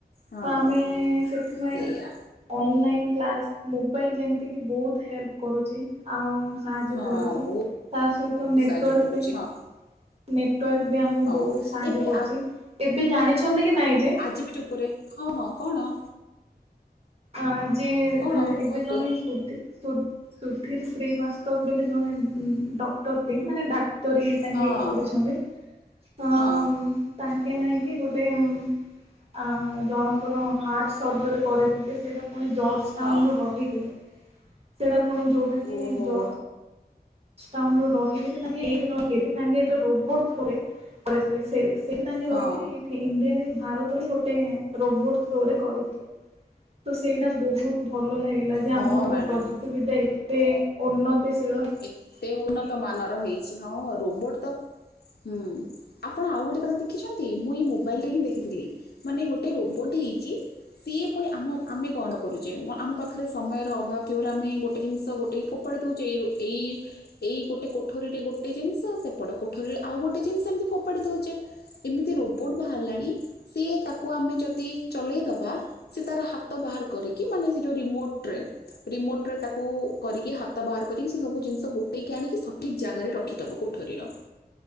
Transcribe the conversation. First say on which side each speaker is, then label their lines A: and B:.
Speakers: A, on the left (about 75°); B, on the right (about 35°).
A: ହଁ
B: ତ ଆମେ ସେଥିପାଇଁ।
A: ସେଇଆ
B: ଅନଲାଇନ୍ କ୍ଲାସ୍ ମୋବାଇଲ ଯେମିତିକି ବହୁତ ହେଲ୍ପ କରୁଚି ଆଉ। ସାହାଯ୍ୟ
A: ହଁ
B: କରୁଚି।
A: ବହୁତ
B: ତା ସହିତ ନେଟୱାର୍କ
A: ସାହାଯ୍ୟ କରୁଛି
B: ଟି
A: ହଁ
B: ନେ ବି ଆମକୁ
A: ହଁ
B: ବହୁତ ସାହାଯ୍ୟ
A: ଏବେ
B: କରୁଚି। ଏବେ ଜାଣିଛନ୍ତି କି ନାଇଁ ଯେ?
A: ଆଜିି ବି ଚୁପ ରେ ହଁ ହଁ କଣ?
B: ଆଁ ଯେ
A: କଣ
B: ଏ-ଏବେ
A: କୁହନ୍ତୁ
B: ଜଣେ ସୁଦି ସୁ-ସୁଧୀର ଶ୍ରୀବାସ୍ତବ ବୋଲି ଜଣେ ଉଁ ଉଁ ଡକ୍ଟର ଟେ ମାନେ ଡା କ୍ତରି ତାଙ୍କେ
A: ହଁ
B: କରିଛନ୍ତି। ଆଁ ଉଁ।
A: ହଁ
B: ତାଙ୍କେ ନାଇକି ଗୋଟେ ଉଁ ଆଁ ଜଣଙ୍କର ହାଟ ସର୍ଜରୀ କରିଥିଲେ। ସେଟା ପୁଣି ଜର୍ଜ ଟାଉନ
A: ହଁ
B: ରୁ ରହିକି ସେଟା ପୁଣି ଯୋଉଟା କି
A: ଓହୋ
B: ଜର୍ଜ ଜ ଟାଉନ୍ ରୁ ରହିକିରି ତାଙ୍କେ ଏଇଠି ରହିକିରି ତାଙ୍କେ ଏକ ରୋବଟ ଥ୍ରୋ ରେ କରେଇ ଥିଲେ ସେଇରେସ ସେଇଠି ତାଙ୍କେ ରହିକିରି
A: ହଁ
B: ଏଇଠି ଇଣ୍ଡିଆରେ ଭାରତରେ ଗୋଟେ ରୋବୋଟ୍ ଥ୍ରୋରେ କରିଥିଲେ। ତ ସେଇଟା ବହୁତ୍ ଭଲ ଲାଗେ। ହେଲା ଯେ
A: ହଁ
B: ଆମର
A: ମ୍ୟାଡ଼ାମ୍
B: ପ୍ରଯୁକ୍ତି ବିଦ୍ୟା ଏତେ ଉନ୍ନତିଶୀ
A: ଏତେ ଉନ୍ନତ ମାନର ହେଇଚି, ହଁ ରୋବୋଟ୍ ତ ହୁଁ। ଆପଣ ଆଉ ଗୋଟେ କଥା ଦେଖିଛନ୍ତି, ମୁଁ ଏଇ ମୋବାଇଲରେ ହିଁ ଦେଖିଥିଲି। ମାନେ ଗୋଟେ ରୋବୋଟ୍ ହେଇଚି ସିଏ ପୁଣି ଆମ ଆମେ କଣ କରୁଚେ? ଆମ ପାଖରେ ସମୟର ଅଭାବ ଥିବାରୁ ଆମେ ଗୋଟେ ଜିନିଷ ଗୋଟ ଫୋ ପାଡ଼ି ଦଉଚେ। ଏଇ ଏଇ ଗୋଟେ କୋଠରୀରେ ଗୋଟେ ଜିନିଷ, ସେପଟ କୋଠରୀରେ ଆଉ ଗୋଟେ ଜିନିଷ ଏମିତି ଫୋପାଡ଼ି ଦଉଚେ। ଏମିତି ରୋବୋଟ୍ ବାହାରିଲାଣି ସିଏ ତାକୁ ଆମେ ଯଦି ଚଲେଇଦବା ସେ ତାର ହାତ ବାହାର କରିକି ମାନେ ସେ ଯଉ ରିମୋଟ୍ ରେ ରିମୋଟ ରେ ତାକୁ କରିକି ହାତ ବାହାର କରିକି ସେ ସବୁ ଜିନିଷ ଗୋଟେଇକି ଆଣିକି ସଠିକ୍ ଜାଗାରେ ରଖିଦବ କୋଠରୀର।